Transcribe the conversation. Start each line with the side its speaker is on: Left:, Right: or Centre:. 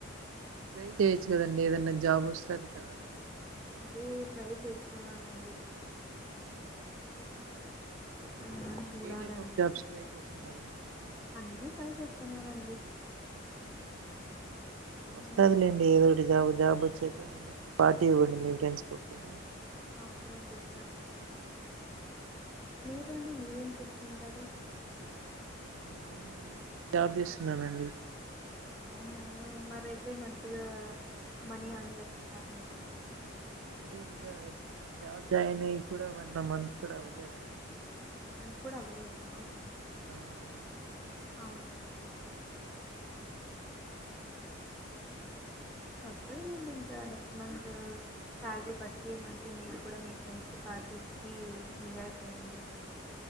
Right: ట్రై చేయొచ్చు కదండి ఏదనా జాబ్ వస్తుంది కదా
Centre: అదే ట్రై చేస్తున్నానండి హ్మ్. చూడాలండి.
Right: ఏ టైప్ ఆఫ్ జాబ్స్ ట్రై చేస్తున్నారండి
Centre: అన్నీ ట్రై చేస్తున్నానండి.
Right: వస్తాది
Centre: హ్మ్.
Right: లేండి ఏదో ఒకటి జాబ్ జాబ్ వచ్చాక పార్టీ ఇవ్వండి మీ ఫ్రెండ్స్కి ఒకే నా
Centre: ఓకే అండి ఇస్తానండి మీరు అండి మీరు మీరేం చేస్తుంటారు
Right: నేను జాబ్ చేస్తున్నానండి
Centre: అవునా మరయితే మంచిగా మనీ యార్న్ చేస్తున్నరునమాట
Right: అంటే ఇంకా జాబ్ జాయిన్ అయ్య కూడావన్న మంత్ కూడా అవ్వలేదండి
Centre: మంత్ కూడా అవ్వలేదా
Right: ఆ అవునండి
Centre: అవునా నండి వస్తాది లేండి నెక్స్ట్ మంత్ శాలరీ బా ఐతే మంచిగా మీరు కూడా మీ ఫ్రెండ్స్ కి పార్టీ ఇచ్చి ఎంజాయ్ చేయండి